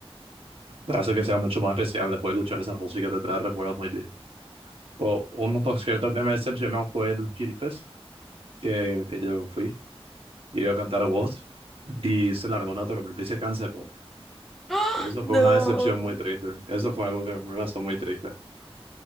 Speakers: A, on the right; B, in the centre.
A: hace que sea mucho más especial después de escuchar esa música, te trae recuerdos muy bien. O, uno de los conciertos que me decepcionó fue el Chirifest, que, que yo fui, y iba a cantar voz, y se largó una tormenta y se canceló.
B: <gasps> ¡Ah!
A: Eso
B: No,
A: fue una decepción muy triste, eso fue algo que me pasó muy triste.